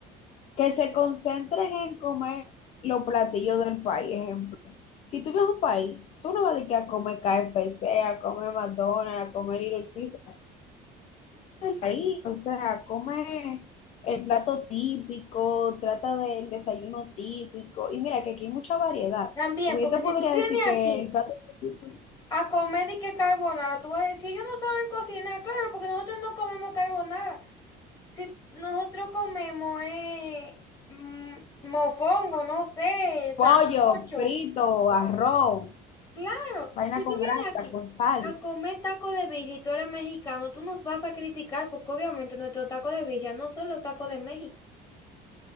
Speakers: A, on the left; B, on the left.
A: Que se concentren en comer los platillos del país, ejemplo. Si tú vives a un país, tú no vas a ir a comer KFC, a comer McDonald's, a comer Little Caesar, del país, o sea, come el plato típico, trata del desayuno típico, y mira que aquí hay mucha variedad,
B: También,
A: porque
B: porque
A: yo te
B: si
A: podría
B: tú vienes
A: decir que
B: aquí
A: el plato típico,
B: a comer y que carbonara, tú vas a decir, ellos no saben cocinar, claro, porque nosotros no comemos carbonara. Si nosotros comemos eh, mm, mofongo, no sé,
A: pollo,
B: sancocho,
A: frito, arroz,
B: claro,
A: vaina
B: si
A: con
B: tú vienes
A: grasa,
B: aquí
A: con sal.
B: a comer taco de birria y tú eres mexicano, tú nos vas a criticar porque obviamente nuestros tacos de birria no son los tacos de México.